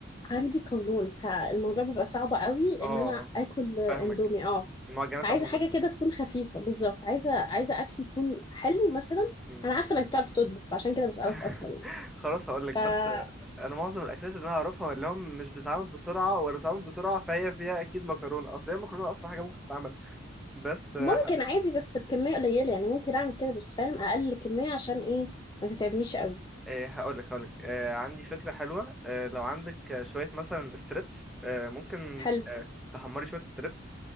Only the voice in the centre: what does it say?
اه
فاهمك
المعجنات
عموما
مم.
<laughs>
خلاص هقول لك
بس انا معظم الاكلات اللي انا اعرفها اللي هو مش بتتعمل بسرعة ولا بتتعمل بسرعة فهي فيها اكيد مكرونة اصل هي المكرونة اسرع حاجة ممكن تتعمل بس آه،
إيه هقولك هقولك آه عندي فكرة حلوة آه لو عندك آه، شوية مثلا ستريبس آه ممكن
آه تحمري شوية ستريبس